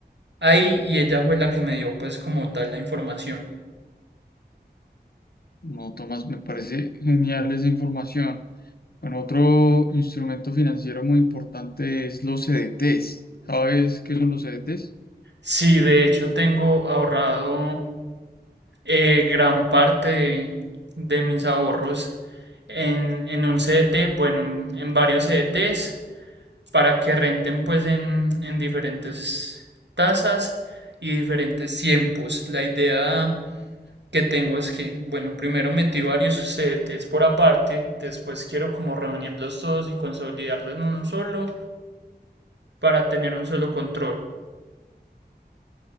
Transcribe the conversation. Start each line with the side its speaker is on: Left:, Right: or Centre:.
Right: ahí y ella fue la que me dio pues como tal la información.
Left: No, Tomás, me parece genial esa información. Bueno, otro instrumento financiero muy importante es los CDTs. ¿Sabes qué son los CDTs?
Right: Sí, de hecho tengo ahorrado. eh, gran parte de, de mis ahorros en, en un CDT, bueno, en, en varios CDTs, para que renten pues en, en diferentes tasas y diferentes tiempos. La idea que tengo es que, bueno, primero metí varios CDTs por aparte, después quiero como reunirlos todos y consolidarlo en uno solo para tener un solo control.